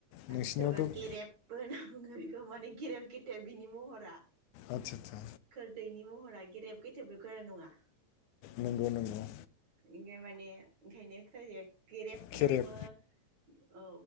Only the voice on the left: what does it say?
नोंसिनियावथ'
आतसा आतसा
नंगौ नंगौ
खेरेब